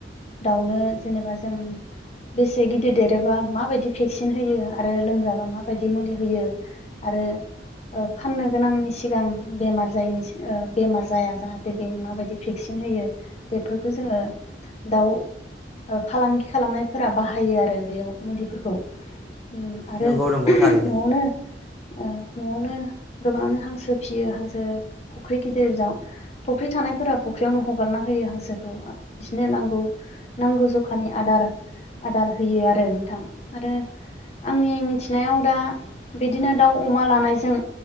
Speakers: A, on the left; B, in the centre.
A: दाउनो जेनेबा जों बेसे गिदिर देरोबा माबायदि भेक्सिन होयो आरो लोमजाबा माबायदि मुलि होयो आर रो ओ फाननो गोनांनि सिगां बेमार जायनि सि ओ बेमार जाया जाहाथे बेनि माबायदि भेक्सिन होयो बेफोरखौ जोङो दाउ ओ फालांगि खालामनायफोरा बाहायो आरो बेयाव मुलिफोरखौ। ओम आरो
B: नंगौ नंगौ थारैनो
A: न'आवनो ओ न'आवनो गोबाङानो हांसो फियो हांसो फुख्रि गिदिर जाव फुख्रि थानायफोरा फुख्रियावनो हगारना होयो हांसोखौ बिसनो नांगौ नांगौ जखानि आदार आदार होयो आरो नोंथां आरो आंनि मिथिनायाव दा बिदिनो दाउ अमा लानायजों